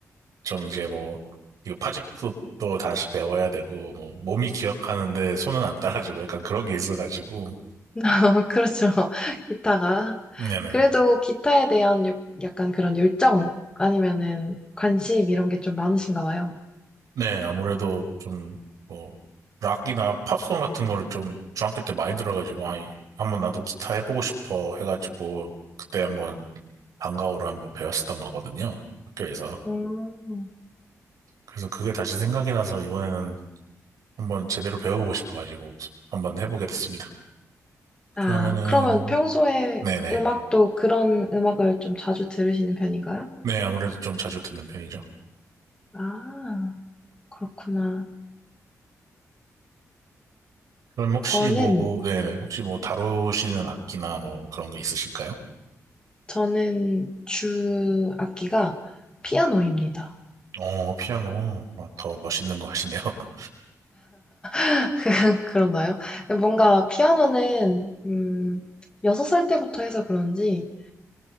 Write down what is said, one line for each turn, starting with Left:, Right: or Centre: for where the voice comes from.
Right: 좀 이제 뭐, 이거 파집도 다시 배워야 되고, 뭐, 몸이 기억하는데 손은 안 따라주고 약간 그런 게 있어가지고.
Left: <laughs> 그렇죠. <laughs> 기타가.
Right: 네네.
Left: 그래도 기타에 대한 요- 약간 그런 열정 아니면은 관심 이런 게 좀 많으신가 봐요.
Right: 네, 아무래도 좀, 뭐, 락이나 팝송 같은 거를 좀 중학교 때 많이 들어가지고, 아이, 한번 나도 기타 해보고 싶어 해가지고, 그때 한번 방과후로 한번 배웠었던 거거든요. 학교에서.
Left: 음.
Right: 그래서 그게 다시 생각이 나서 이번에는 한번 제대로 배워보고 싶어가지고, 한번 해보게 됐습니다.
Left: 아,
Right: 그러면은,
Left: 그러면 평소에
Right: 네네.
Left: 음악도 그런 음악을 좀 자주 들으시는 편인가요?
Right: 네, 아무래도 좀 자주 듣는 편이죠.
Left: 아, 그렇구나.
Right: 그럼 혹시
Left: 저는,
Right: 뭐, 네네, 혹시 뭐 다루시는 악기나 뭐 그런 거 있으실까요?
Left: 저는 주 악기가 피아노입니다.
Right: 어, 피아노. 어, 더 멋있는 거 하시네요. <laughs>
Left: <laughs> 그런가요? 뭔가 피아노는 음, 6살 때부터 해서 그런지